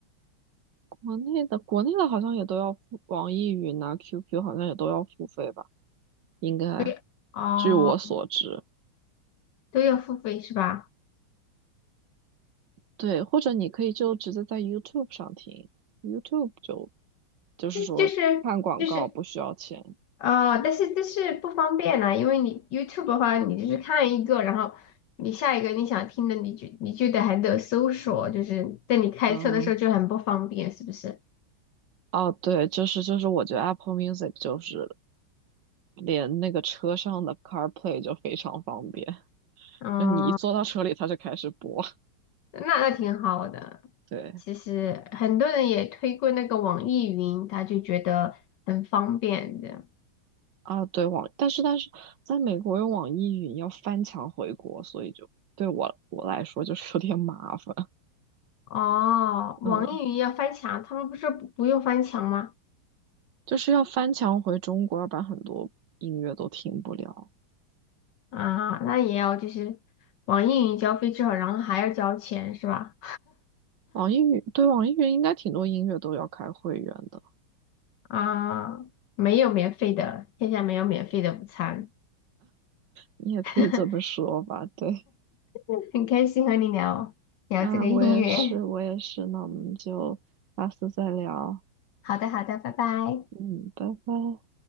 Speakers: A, on the right; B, on the left.
A: 国内的国内的好像也都要付，网易云啊、QQ 好像也都要付费吧？应该，
B: 对，哦，
A: 据我所知。
B: 都要付费是吧？
A: 对，或者你可以就直接在 YouTube 上听，YouTube 就就是说看广告不需要钱。
B: 就是就是。哦，但是但是不方便呐、因为你 YouTube 的话，你就是看一个，然后你下一个你想听的，你就你就得还得搜索，就是在你开车的时候就很不方便，
A: 嗯，
B: 是不是？
A: 哦，对，就是就是，我觉得 Apple Music 就是连那个车上的 CarPlay 就非常方便，
B: 嗯，
A: 就你一坐到车里，它就开始播。
B: 那那挺好的。
A: 对，
B: 其实很多人也推过那个网易云，他就觉得很方便的。
A: 啊，对，网，但是但是在美国用网易云要翻墙回国，所以就对我我来说就是有点麻烦。
B: 哦，
A: 嗯，
B: 网易云要翻墙，他们不是不不用翻墙吗？
A: 就是要翻墙回中国，要不然很多音乐都听不了。
B: 啊，那也要就是网易云交费之后，然后还要交钱是吧？
A: 网易云，对，网易云应该挺多音乐都要开会员的，
B: 啊，没有免费的，天下没有免费的午餐。
A: 你也可以这么说吧，
B: <laughs>
A: 对。
B: 嗯，很开心和你聊聊这个音乐。
A: <laughs> 啊，我也是，我也是，那我们就下次再聊，
B: 好的，好的，拜拜。
A: 嗯，拜拜。